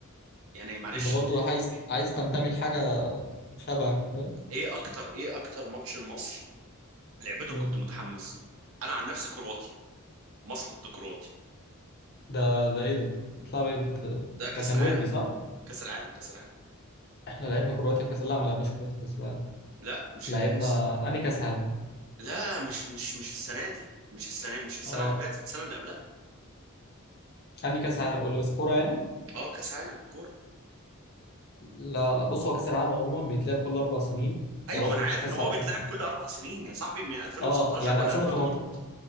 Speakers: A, on the right (about 70°); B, on the left (about 50°).
A: يعني معلش
B: انت برضو عايز
A: ايه
B: عايز تنتمي لحاجة شبهك فاهم
A: إيه اكتر ايه اكتر ماتش لمصر لعبته
B: مم.
A: كنت متحمس انا عن نفسي كرواتيا مصر ضد كرواتيا
B: ده ده ايه ده؟ بتلعب ايه انت ده؟
A: ده كاس
B: ده كان
A: العالم
B: ودي صح؟
A: كأس العالم كأس العالم
B: احنا لعبنا كرواتيا في كاس لا ما لعبناش كرواتيا في كاس العالم
A: لا مش
B: لعبنا
A: ال...
B: انهي كاس عالم؟
A: لا مش مش مش السنة دي مش السنة مش السنة
B: اه
A: اللي فاتت السنة اللي قبلها
B: انهي كاس عالم قول لي بس كورة يعني؟
A: اه كأس عالم كورة
B: لا لا بص هو كاس العالم عموما بيتلعب كل اربع سنين
A: ايوه
B: فهو
A: ما انا
B: ما
A: عارف
B: فيش كاس
A: ان هو
B: عالم
A: بيتلعب
B: اصلا
A: كل اربع سنين يا صاحبي من 2019
B: اه يعني
A: ولا
B: 2018
A: 2018